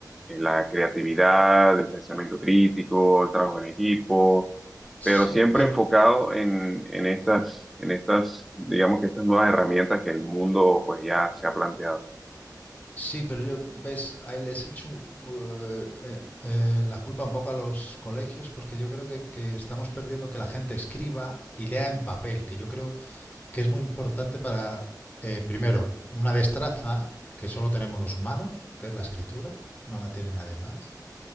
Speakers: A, in the centre; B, on the left.
A: eh, la creatividad, el pensamiento crítico, el trabajo en equipo,
B: Sí,
A: pero siempre
B: pero
A: enfocado en, en estas, en estas, digamos que estas nuevas herramientas que el mundo pues ya se ha planteado.
B: sí, pero yo ves, ahí les echo eh, eh, eh, la culpa un poco a los colegios porque yo creo que, que estamos perdiendo que la gente escriba y lea en papel, que yo creo que es muy importante para, eh, primero, una destreza que solo tenemos los humanos, que es la escritura, no la tiene nadie más.